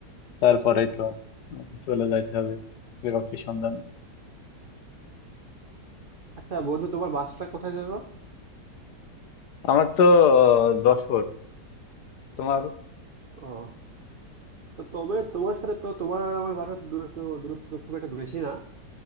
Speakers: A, on the left (about 70°); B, on the right (about 70°).
A: তারপরেই তো আহ, চলে যাইতে হবে চাকরির সন্ধানে
B: আচ্ছা বন্ধু তোমার বাসাটা কোথায় যাবো
A: আমার তো আহ, যশোর তোমার
B: ও তো তবে তোমার সাথে তো তোমার আর আমার বাসার দূরত্ব দূরত্ব তো খুব একটা বেশি না